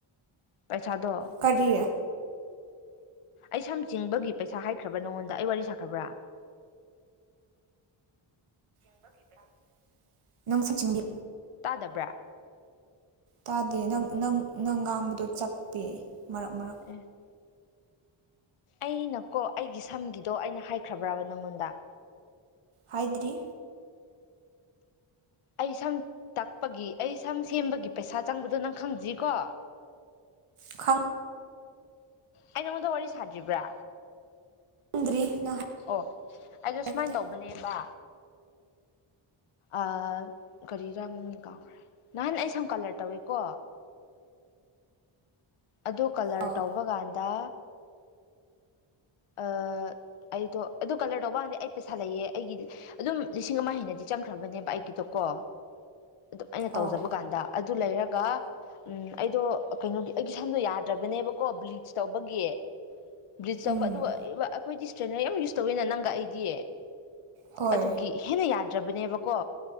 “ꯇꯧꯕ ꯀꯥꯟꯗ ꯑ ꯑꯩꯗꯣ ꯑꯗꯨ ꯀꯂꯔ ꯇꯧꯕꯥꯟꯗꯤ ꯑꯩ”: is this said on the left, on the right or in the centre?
Left